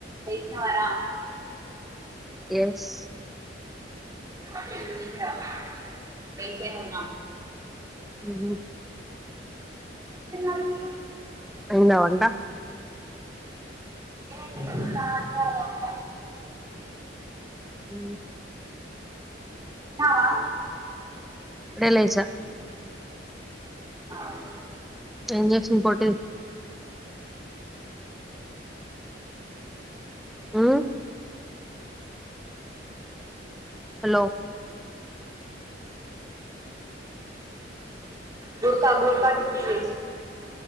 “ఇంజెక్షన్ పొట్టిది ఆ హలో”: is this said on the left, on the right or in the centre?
Centre